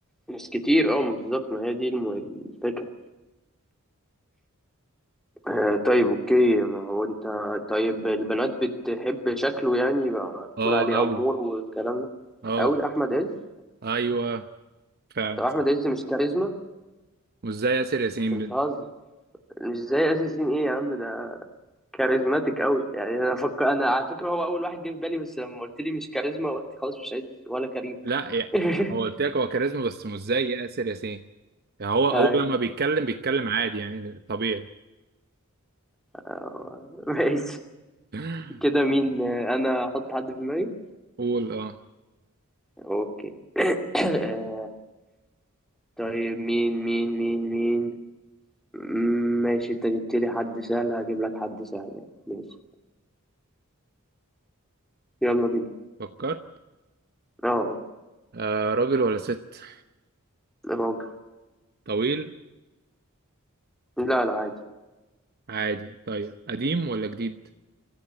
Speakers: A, in the centre; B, on the right.
A: مش كتير اه ما بالظبط ما هي دي الم- الفكرة آه، طيب اوكي ما هو انت طيب البنات بتحب شكله يعني بقى بتقول
B: اه
A: عليه
B: قوي
A: امور والكلام ده
B: اه
A: قوي احمد عز
B: ايوه فعلا
A: طب احمد
B: صح.
A: عز مش كاريزما
B: مش زي ياسر ياسين
A: انت
B: بن-
A: بتهزر مش زي اساسين ايه يا عم ده كاريزماتيك قوي يعني انا فكر انا على فكره هو اول واحد جه في بالي بس لما قلت لي مش كاريزما قلت خلاص مش عايز ولا كريم
B: لا يعني
A: <laughs>
B: هو قلت لك هو كاريزما بس مش زي ياسر ياسين يعني هو هو
A: ايوه
B: لما بيتكلم بيتكلم عادي يعني طبيعي
A: آه، ماشي
B: <laughs>
A: كده مين آه، انا احط حد في دماغي
B: قول اه
A: اوكي <coughs> <clears throat> آه، طيب مين مين مين مين مم، ماشي انت جبت لي حد سهل هجيب لك حد سهل يعني. ماشي يلا بينا
B: فكرت
A: اه آه،
B: آه راجل ولا ست
A: راجل
B: طويل
A: لا لا عادي
B: عادي طيب قديم ولا جديد